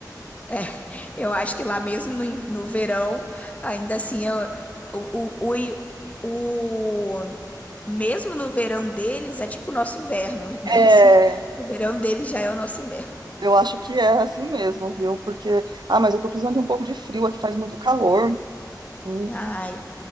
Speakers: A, on the left; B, on the right.
A: É, <laughs> eu acho que lá mesmo no, in- no verão, ainda assim, eu, o, o, o, o- mesmo no verão deles é tipo o nosso inverno, né?
B: É,
A: <laughs> Assim, o verão deles já é o nosso inverno.
B: eu acho que é assim mesmo, viu? Porque, ah, mas eu tô precisando de um pouco de frio aqui, faz muito calor. Hum,
A: Ai,